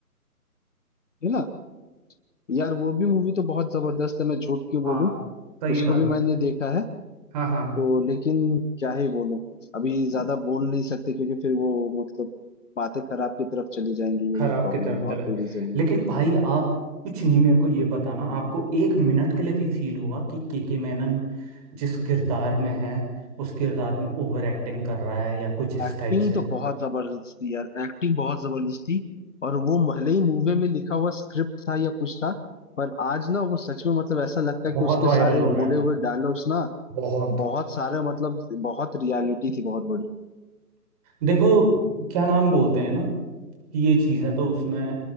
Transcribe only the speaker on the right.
हाँ
सही
बात
हाँ हाँ
खराब
की तरफ
चला है
लेकिन भाई आप कुछ नहीं मेरे को ये बताना आपको एक मिनट के लिए भी फील हुआ कि केके मैनन जिस किरदार में है उस किरदार में ओवर एक्टिंग कर रहा है या कुछ इस
टाइप से
बहुत
वायरल
हो रहा
है
बहुत
देखो क्या नाम बोलते हैं ना कि ये चीज़ें तो उसमें